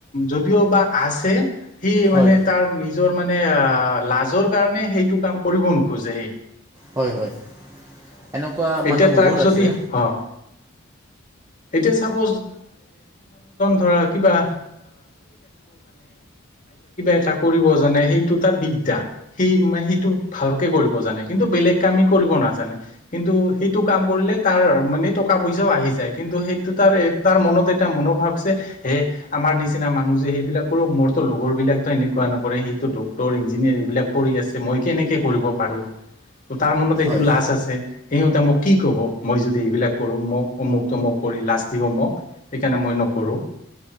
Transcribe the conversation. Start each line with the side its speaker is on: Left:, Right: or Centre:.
Left: যদিও বা আছে। সি
Right: হয়
Left: মানে তাৰ নিজৰ মানে আহ লাজৰ কাৰণে সেইটো কাম কৰিব নোখোজে এই
Right: হয় হয় এনেকুৱা
Left: এতিয়া
Right: মানুহ
Left: তাক
Right: বহুত
Left: যদি
Right: আছে।
Left: অ' এতিয়া ম কা কিবা এটা কৰিব জানে সেইটো তাৰ বিদ্যা, সেই মানে সেইটো ভালকে কৰিব জানে কিন্তু বেলেগ কামেই কৰিব নাজানে কিন্তু সেইটো কাম কৰিলে তাৰ মানে টকা পইচাও আহি যায় কিন্তু সেইটো তাৰ তাৰ মনত এটা মনোভাৱ যে সেই, আমাৰ নিচিনা মানুহ যে সেইবিলাক কৰো মোৰতো লগৰবিলাকতো এনেকুৱা নকৰে সেইটো ডক্তৰ ইঞ্জিনিয়াৰ এইবিলাক। পৰি আছে মই কেনেকে কৰিব পাৰো ত তাৰ মনত
Right: হয়
Left: এইটো লাজ আছে। সিহঁতে মোক কি ক'ব মই যদি এইবিলাক কৰোঁ মোক অমুক তমুক কৰি লাজ দিব মোক সেইকাৰণে মই কৰো,